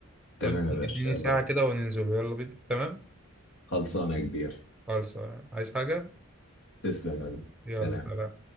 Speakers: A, on the left; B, in the centre.
A: تمام
B: اديني
A: يا باشا
B: اديني
A: يلا
B: ساعة
A: بينا
B: كده وننزل يلا بينا تمام
A: خلصانة يا كبير
B: خلاص عايز حاجة
A: تسلم يا حبيبي
B: يلا
A: سلام
B: سلام